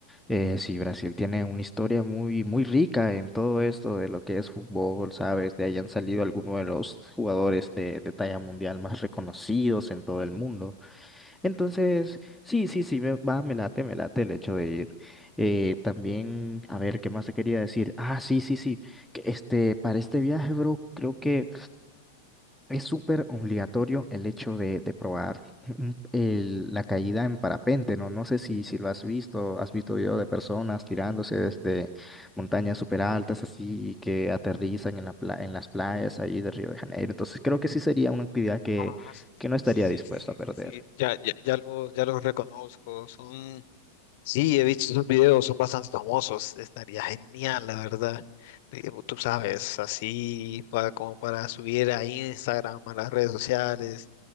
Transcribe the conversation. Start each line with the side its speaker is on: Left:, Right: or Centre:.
Centre: Eh, sí, Brasil tiene una historia muy, muy rica en todo esto de lo que es fútbol, ¿sabes? De ahí han salido algunos de los jugadores de, de talla mundial más reconocidos en todo el mundo. Entonces, sí, sí, sí, me, va, me late, me late el hecho de ir. Eh, también, a ver, ¿qué más te quería decir? Ah, sí, sí, sí, que este, para este viaje, bro, creo que es súper obligatorio el hecho de, de probar un- el- la caída en parapente, ¿no? No sé si, si lo has visto, has visto video de personas tirándose desde montañas súper altas, así, que aterrizan en la pla- en las playas ahí de Río de Janeiro. Entonces, creo que sí sería una actividad que,
Left: Ah,
Centre: que no estaría
Left: sí, sí,
Centre: dispuesto
Left: sí, sí,
Centre: a perder.
Left: sí, sí. Sí, ya, ya, ya los, ya los reconozco, son Sí, he visto esos videos, son bastante famosos. Estaría genial, la verdad. Eh, Tú sabes, así para, como para subir a Instagram, a las redes sociales.